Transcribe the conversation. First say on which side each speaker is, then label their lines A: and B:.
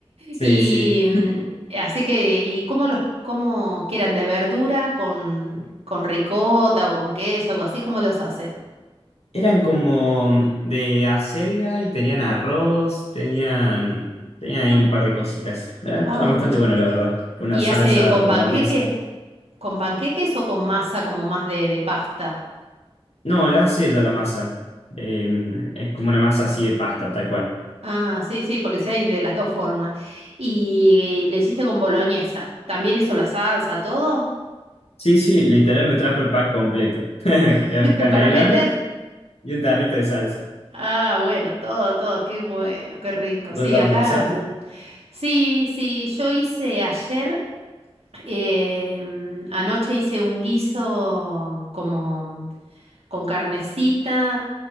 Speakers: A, on the left; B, on the right.
A: Sí,
B: Y
A: sí.
B: mm, así que, ¿y cómo los, cómo quieran de verdura con, con ricota o con queso, algo así? ¿Cómo los hace?
A: Eran como de acelga y tenían arroz, tenían, tenían ahí
B: Ah,
A: un par de cositas. Eh,
B: ah,
A: Estaba bastante
B: bien.
A: bueno, la verdad, con una
B: ¿Y
A: salsa
B: hace con
A: boloñesa.
B: panqueque? ¿Con panqueques o con masa como más de, de pasta?
A: No, la hace ella la masa. Eh, es como una masa así de pasta, tal cual.
B: Ah, sí, sí, porque sí hay de las dos formas. Y lo hiciste con boloñesa. ¿También hizo la salsa, todo?
A: Sí, sí, literal me trajo el pack completo. <laughs> Los
B: <laughs>
A: canelones
B: ¿Para meter?
A: y un tarrito de salsa.
B: Ah, bueno, todo, todo. Qué bueno, qué rico.
A: ¿Vos
B: Sí,
A: ya
B: acá.
A: almorzaste?
B: mm, Sí, sí, yo hice ayer, em, anoche hice un guiso como mm, con carnecita.